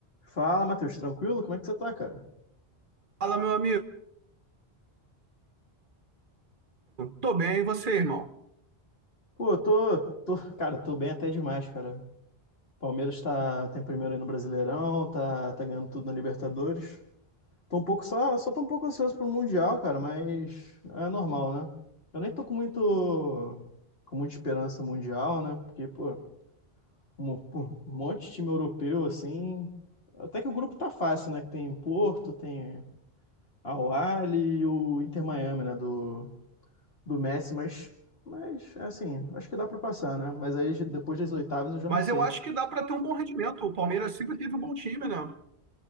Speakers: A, on the left; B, on the right.
A: Fala, Matheus, tranquilo? Como é que você tá, cara?
B: Fala, meu amigo. Tô bem, e você, irmão?
A: Pô, eu tô, tô, cara, tô bem até demais, cara. Palmeiras tá, tem primeiro aí no Brasileirão, tá, tá ganhando tudo na Libertadores. Tô um pouco só, só tô um pouco ansioso pro Mundial, cara, mas é normal, né? Eu nem tô com muito, com muita esperança no mundial, né? Porque, pô, um, pô, um monte de time europeu, assim. Até que o grupo tá fácil, né? Que tem Porto, tem Al Ahly e o Inter Miami, né? Do do Messi, mas, mas assim, acho que dá para passar, né? Mas aí depois das oitavas eu já
B: Mas
A: não sei.
B: eu acho que dá para ter um bom rendimento. O Palmeiras sempre teve um bom time, né?